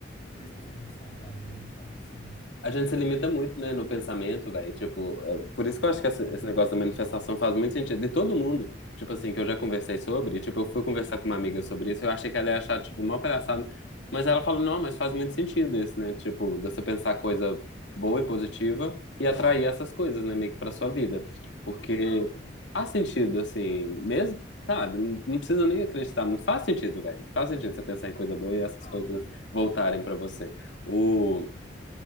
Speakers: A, on the left (about 35°); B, on the left (about 80°).
A: Por isso que eu sou muito saudável, então, assim,
B: A gente se limita muito,
A: é isso.
B: né, no pensamento, velho. Tipo, é- por isso que eu acho que essa-
A: Muito.
B: esse negócio da manifestação faz muito sentido. De todo mundo, tipo assim, que eu já conversei sobre, tipo, eu fui conversar com uma amiga sobre isso, eu achei que ela ia achar, tipo, mó palhaçada. Mas ela falou, não, mas faz muito sentido isso, né? Tipo, de você pensar coisa boa e positiva e atrair essas coisas, né, meio que pra sua vida. Porque
A: Total,
B: faz sentido, assim, mesmo, sabe? Não não precisa nem acreditar muito. Faz sentido, velho. Faz sentido você pensar em coisa boa e
A: total.
B: essas coisas voltarem pra você. O